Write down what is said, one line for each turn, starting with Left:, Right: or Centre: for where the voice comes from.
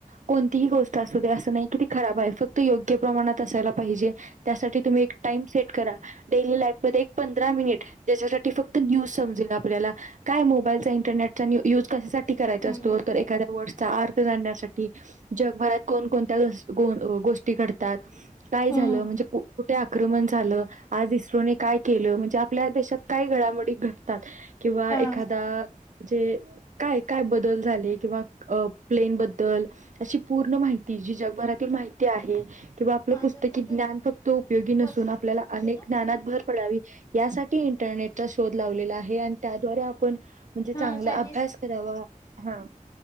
Right: कोणतीही गोष्ट असू दे... असं नाही की... ती खराब आहे... फक्त ती योग्य प्रमाणात असायला पाहिजे... त्यासाठी तुम्ही एक टाईम सेट करा.. डेली लाई -फमध्ये एक पंधरा मिनिट... त्याच्यासाठी फक्त न्यूज समजेल आपल्याला काय मोबाईलचा... इंटरनेटचा युज... कशासाठी करायचा
Left: हम्म
Right: असतो... तर एखाद्या वर्डसचा... अर्थ जाण्यासाठी. -ठी... जगभरात कोण कोणत्या... गस... गोण... गोष्टी घडतात.. काय
Left: हम्म
Right: झालं म्हणजे कुठे आक्रमण झालं? आज इस्रोने काय केलं? म्हणजे... आपल्या देशात... काय घडामोडी घडतात किंवा
Left: हा.
Right: एखादा... म्हणजे... काय? काय बदल झाले... किंवा प्लेनबद्दल अशी पूर्ण माहिती... जी जगभरातील माहिती आहे हे... किंवा... आपलं
Left: माझा
Right: पुस्तकी
Left: मोबाईल
Right: ज्ञान फक्त... उपयोगी नसून...
Left: व्हॉट्सअप
Right: आपल्याला.. अनेक
Left: तुला
Right: ज्ञानात... भर पडावी यासाठी इंटरनेटचा शोध लावलेला आहे... आणि त्याद्वारे आपण म्हणजे
Left: हा
Right: चांगला
Left: छान
Right: अभ्यास
Left: आहेस.
Right: करावा... हा...